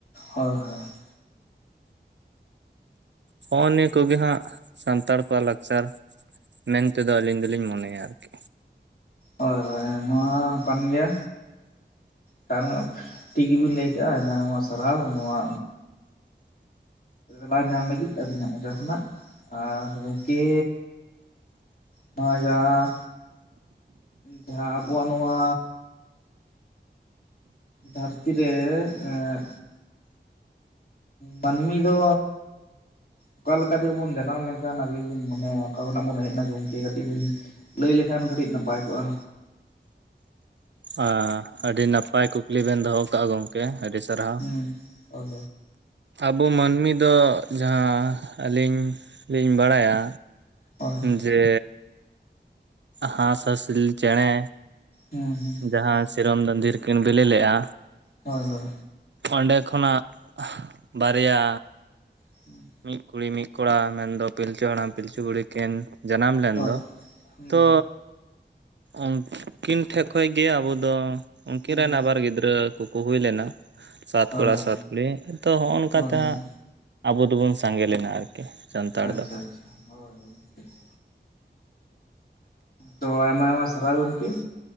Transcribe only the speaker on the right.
ᱦᱚᱸᱜᱼᱚ ᱱᱤᱭᱟᱹ ᱠᱚᱜᱮ ᱦᱟᱸᱜ ᱥᱟᱱᱛᱟᱲ ᱠᱚᱣᱟᱜ ᱞᱟᱠᱪᱟᱨ᱾ ᱢᱮᱱᱛᱮᱫᱚ ᱟᱹᱞᱤᱧ ᱫᱚᱞᱤᱧ ᱢᱚᱱᱮᱭᱟ ᱟᱨᱠᱤ᱾
ᱦᱟ ᱟᱹᱰᱤ ᱱᱟᱯᱟᱭ ᱠᱩᱠᱞᱤ ᱵᱮᱱ ᱫᱚᱦᱚᱶ ᱠᱟᱜᱼᱟ ᱜᱚᱝᱠᱮ ᱜᱚᱝᱠᱮ ᱟᱹᱰᱤ ᱥᱟᱨᱦᱟᱣ᱾
ᱟᱵᱚ ᱢᱟᱹᱱᱢᱤ ᱫᱚ ᱡᱟᱦᱟᱸ ᱟᱹᱞᱤᱧ ᱞᱤᱧ ᱵᱟᱲᱟᱭᱟ᱾
ᱡᱮ ᱦᱟᱸᱥ ᱦᱟᱸᱥᱞᱤ ᱪᱮᱻᱬᱮ
ᱡᱟᱦᱟ ᱥᱤᱨᱚᱢ ᱫᱟᱸᱫᱷᱤᱨ ᱨᱮ ᱠᱤᱱ ᱵᱤᱞᱤ ᱞᱮᱫᱼᱟ
ᱚᱱᱰᱮ ᱠᱷᱚᱱᱟᱜ ᱵᱟᱨᱭᱟ
ᱢᱤᱫ ᱠᱩᱲᱤ ᱢᱤᱫ ᱠᱚᱲᱟ ᱢᱮᱱᱫᱚ ᱯᱤᱞᱪᱩ ᱦᱟᱲᱟᱢ ᱯᱤᱞᱪᱩ ᱵᱩᱲᱦᱤ ᱠᱤᱱ ᱡᱟᱱᱟᱢ ᱞᱮᱱ
ᱫᱚ
ᱛᱚ ᱩᱱᱠᱤᱱ ᱴᱷᱮᱡ ᱠᱷᱚᱡ ᱜᱮ ᱟᱵᱚ ᱫᱚ ᱩᱱᱠᱤᱱ
ᱨᱮᱱ ᱟᱵᱟᱨ ᱜᱤᱫᱽᱨᱟᱹ ᱠᱚᱠᱚ ᱦᱩᱭ ᱞᱮᱱᱟ ᱥᱟᱛ
ᱠᱚᱲᱟ
ᱥᱟᱛ ᱠᱩᱲᱤ ᱛᱚ ᱦᱚᱜ ᱚᱝᱠᱟᱛᱮ
ᱦᱟᱸᱜ ᱵᱚᱱ ᱥᱟᱸᱜᱮ ᱞᱮᱱᱟ ᱟᱨᱠᱤ᱾ ᱥᱟᱱᱛᱟᱲ
ᱫᱚ